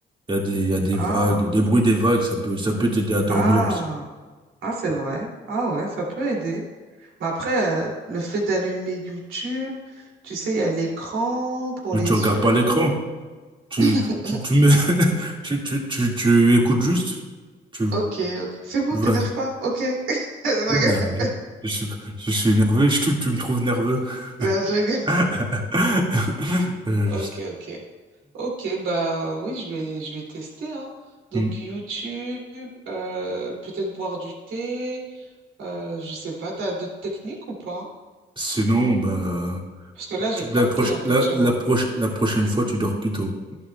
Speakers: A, on the right; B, on the right.
A: Il y a des, il y a des
B: Ah,
A: vagues, des bruits des vagues, ça peut, ça peut t'aider à dormir
B: ah,
A: aussi.
B: ah, c'est vrai. Ah ouais, ça peut aider. Mais après, euh, le fait d'allumer YouTube, tu sais, il y a l'écran pour
A: Mais
B: les
A: tu regardes
B: yeux.
A: pas l'écran. Tu,
B: <laughs>
A: tu, tu me, <laughs> tu, tu, tu, tu écoutes juste. Tu,
B: Ok, ok, c'est bon,
A: tu
B: t'énerve
A: vas.
B: pas. Ok, <laughs> je
A: Oula,
B: rigole.
A: je, je suis, je suis énervé. Je, tu, tu me trouves nerveux.
B: Non, je rigole.
A: <laughs> Euh,
B: Ok,
A: je sais.
B: ok. Ok, bah oui, je vais, je vais tester, hein. Donc
A: Hmm.
B: YouTube, euh, peut-être boire du thé, euh, je sais pas, t'as d'autres techniques ou pas?
A: Sinon, bah,
B: Parce que là, j'ai
A: tu,
B: pas
A: la,
B: de
A: proche,
B: thé en fait
A: la,
B: chez
A: la,
B: moi.
A: proche, la prochaine fois, tu dors plus tôt.